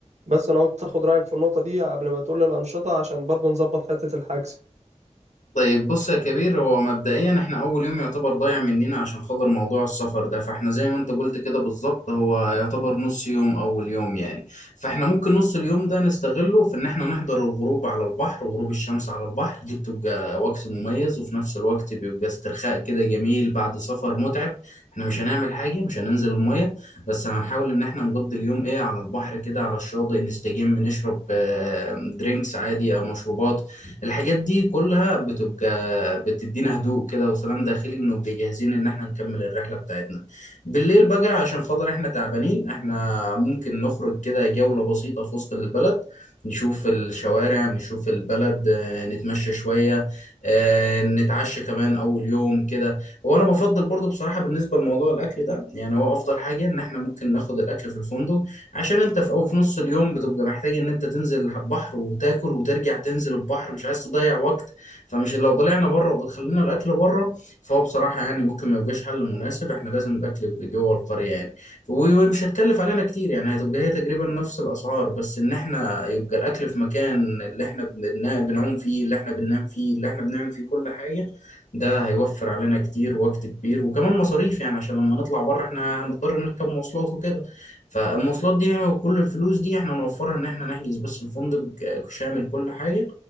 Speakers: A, on the right (about 65°); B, on the left (about 85°).
A: بس انا قلت اخد رايك في النقطه دي قبل ما تقول لي الانشطه عشان برضه نظبط حته الحجز
B: طيب بص يا كبير هو مبدئيا احنا اول يوم يعتبر ضايع مننا عشان خاطر موضوع السفر ده فاحنا زي ما انت قلت كده بالظبط هو يعتبر نص يوم اول يوم يعني فاحنا ممكن نص اليوم ده نستغله في ان احنا نحضر الغروب على البحر وغروب الشمس على البحر دي بتبقى وقت مميز وفي نفس الوقت بيبقى استرخاء كده جميل بعد سفر متعب احنا مش هنعمل حاجة مش هننزل المية بس هنحاول ان احنا نقضي اليوم ايه على البحر كده على الشاطئ نستجم نشرب آه، درينكس عادي او مشروبات الحاجات دي كلها بتبقى بتدينا هدوء كده وسلام داخلي ونبقى جاهزين ان احنا نكمل الرحلة بتاعتنا بالليل بقى عشان خاطر احنا تعبانين احنا ممكن نخرج كده جولة بسيطة في وسط البلد نشوف الشوارع نشوف البلد آه، نتمشى شوية آه، نتعشى كمان أول يوم كده هو أنا بفضل برضو بصراحة بالنسبة لموضوع الأكل ده يعني هو أفضل حاجة إن إحنا ممكن ناخد الأكل في الفندق عشان انت في او في نص اليوم بتبقى محتاج ان انت تنزل على البحر وتاكل وترجع تنزل البحر مش عايز تضيع وقت فمش لو طلعنا بره ودخلنا الاكل بره فهو بصراحه يعني ممكن ما يبقاش حل مناسب احنا لازم الاكل يبقى جوه القريه يعني و- ومش هتكلف علينا كتير يعني هتبقى هي تقريبا نفس الاسعار بس ان احنا يبقى الاكل في مكان اللي احنا بن- بنعوم فيه اللي احنا بننام فيه اللي احنا بنعمل فيه كل حاجه ده هيوفر علينا كتير وقت كبير وكمان مصاريف يعني عشان لما نطلع بره احنا هنضطر نركب مواصلات وكده فالمواصلات دي وكل الفلوس دي احنا نوفرها ان احنا نحجز بس الفندق ك- شامل كل حاجة